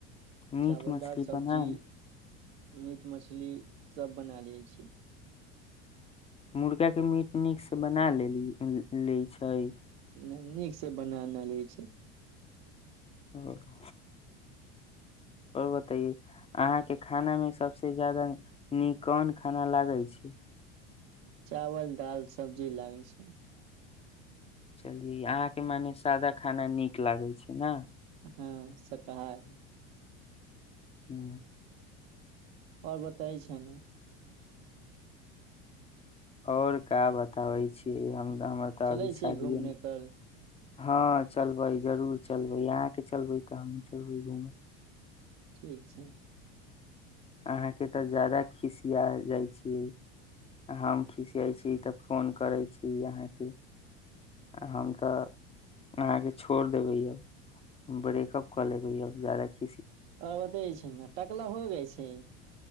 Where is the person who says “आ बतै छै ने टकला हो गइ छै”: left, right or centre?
Right